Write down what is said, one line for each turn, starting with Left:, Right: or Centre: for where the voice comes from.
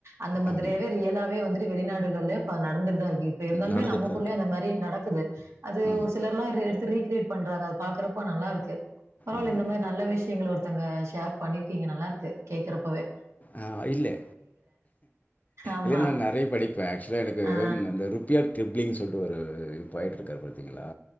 Right: அந்த மாதிரியாவே
Left: ஆமாம்
Right: ரியலா வே வந்துட்டு வெளிநாடுகள்ளயோ இப்ப நடந்துட்டுதா இரு இப்ப இருந்தாலுமே
Left: நடந்துட்டு
Right: நம்ம
Left: தான்
Right: ஊர்லயே
Left: இருக்கு
Right: அந்த மாரி நடக்குது அது
Left: ஆமாம்
Right: ஒரு சிலர்லா ரி எடுத் ரீ க்ரியேட் பண்றாங்க அத பாக்கறப்போ நல்லாருக்கு பரவால்ல
Left: ஆமாம்
Right: இந்த மாரி நல்ல விஷயங்கள ஒருத் தங்க ஷேர் பண்ணிருக்கீங்க நல்லாருக்கு கேக்குறப்பவே
Left: ஆ இல்லே
Right: ஆமா.
Left: இல்ல நா நெறைய படிப்பே ஆக்ஷுவலா எனக்கு
Right: ஆ,
Left: அந்த ருபியாட் ட்ரிப்ளிங் சொல்ட்டு ஒரு இது போய்ட்ருக்காரு பாத்திங்ளா